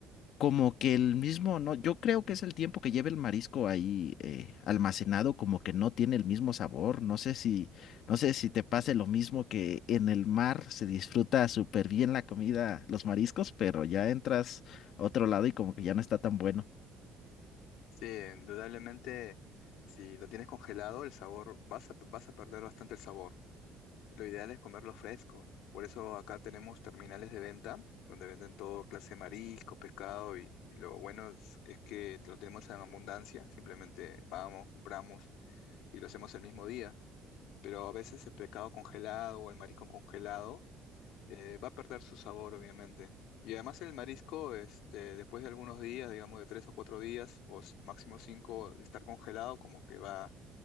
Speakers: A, on the left (about 60°); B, on the left (about 85°).
A: como que el mismo, no, yo creo que es el tiempo que lleva el marisco ahí eh, almacenado, como que no tiene el mismo sabor. No sé si, no sé si te pase lo mismo que en el mar se disfruta súper bien la comida, los mariscos, pero ya entras a otro lado y como que ya no está tan bueno.
B: Sí, indudablemente, si lo tienes congelado, el sabor, vas a, vas a perder bastante el sabor. Lo ideal es comerlos frescos, Por eso acá tenemos terminales de venta donde venden todo clase de marisco, pescado y, y lo bueno es, es que lo tenemos en abundancia. Simplemente vamos, compramos y lo hacemos el mismo día. Pero a veces el pescado congelado o el marisco congelado eh, va a perder su sabor, obviamente. Y además el marisco, este, después de algunos días, digamos de tres o cuatro días o s- máximo cinco de estar congelado, como que va